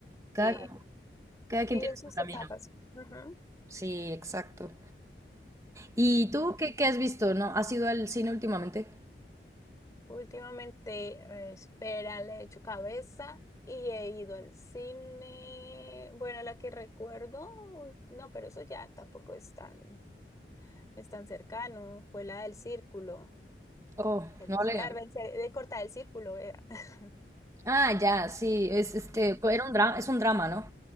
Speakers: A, on the right; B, on the left.
A: cada,
B: Sí,
A: cada
B: viven
A: quien tiene
B: sus
A: su camino.
B: etapas. Ujú.
A: Sí, exacto. ¿Y tú qué, qué has visto? ¿No? ¿Has ido al cine últimamente?
B: Últimamente, eh, espera, le he hecho cabeza y he ido al cine. Bueno, la que recuerdo, ul- no, pero eso ya tampoco es tan, es tan cercano. Fue la del círculo,
A: Oh,
B: el,
A: no le...
B: ah, el cer- de cortar el círculo, era. <laughs>
A: Ah, ya, sí, es este,
B: Sí,
A: era un drama, es un drama, ¿no?